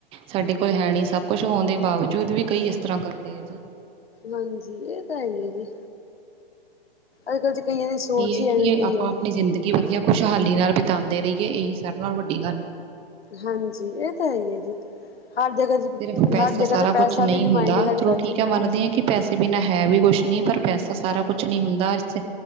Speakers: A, on the right; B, on the left.
A: ਸਾਡੇ ਕੋਲ ਹੈ ਨ ਸਭ ਕੁਛ ਹੋਣ ਦੇ ਬਾਵਜੂਦ ਵੀ ਕਈ ਇਸ ਤਰ੍ਹਾਂ ਕਰਦੇ ਆ ਜੀ।
B: ਹਾਂਜੀ, ਇਹ ਤਾਂ ਹੈ ਹੀ ਹੈ ਜੀ। ਅੱਜ- ਕਲ ਚ ਕਈਆਂ ਦੀ ਸੋਚ
A: ਕੀ ਇਹ
B: ਹੀ
A: ਕਿ
B: ਐਵੇਂ
A: ਇਹ
B: ਦੀ
A: ਆਪਾਂ
B: ਐ।
A: ਆਪਣੀ ਜ਼ਿੰਦਗੀ ਵਧੀਆ ਖੁਸ਼ਹਾਲੀ ਨਾਲ ਬਿਤਾਂਦੇ ਰਹੀਏ, ਇਹੀ ਸਭ ਨਾਲ ਵੱਡੀ ਗੱਲ
B: ਹਾਂਜੀ, ਇਹ ਤਾਂ ਹੈ ਹੀ ਹੈ ਜੀ। ਹਰ ਜਗ੍ਹਾ
A: ਸਿਰਫ ਪੈਸਾ
B: ਹਰ ਜਗ੍ਹਾ
A: ਸਾਰਾ
B: ਤੇ ਪੈਸਾ
A: ਕੁਛ ਨਹੀਂ
B: ਵੀ ਨੀ
A: ਹੁੰਦਾ
B: ਮਾਇਨੇ ਰੱਖਦਾ
A: ਚਲੋ
B: ਜੀ,
A: ਠੀਕ ਹੈ ਮੰਨਦੇ
B: ਹਾਂਜੀ
A: ਹਾਂ ਕਿ ਪੈਸੇ ਬਿਨਾਂ ਹੈ ਵੀ ਕੁਛ ਨੀ ਪਰ, ਪੈਸਾ ਸਾਰਾ ਕੁਛ ਨੀ ਹੁੰਦਾ, ਅਸ ਤੇ